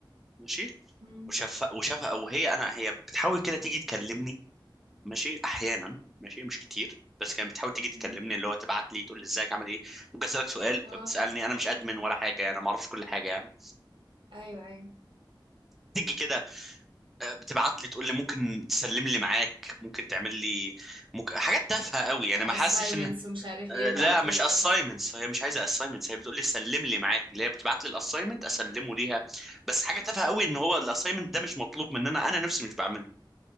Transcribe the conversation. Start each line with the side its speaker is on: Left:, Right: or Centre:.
Centre: ماشي
Right: امم
Centre: وشافها وشافها او هي انا هي بتحاول كده تيجي تكلمني ماشي احيانا ماشي مش كتير بس كانت بتحاول تيجي تكلمني
Right: امم
Centre: اللي هو تبعت لي تقول لي ازيك عامل ايه ممكن اسالك سؤال
Right: اه
Centre: فبتسالني انا مش ادمن ولا حاجه يعني انا ما اعرفش كل حاجه يعني
Right: ايوه ايوه
Centre: تيجي كده آه، بتبعت لي تقول لي ممكن تسلم لي معاك ممكن تعمل لي ممكن... حاجات تافهه قوي يعني ما حاسش
Right: assignments
Centre: ان
Right: ومش عارف
Centre: آه،
Right: ايه بقى
Centre: لا
Right: وكده
Centre: مش assignments
Right: شوية
Centre: هي مش عايزه assignments هي بتقول لي سلم لي معاك اللي هي بتبعت لي الاساينمنت اسلمه ليها بس حاجه تافهه
Right: مم.
Centre: قوي ان هو الاساينمنت ده مش مطلوب مننا انا نفسي مش بعمله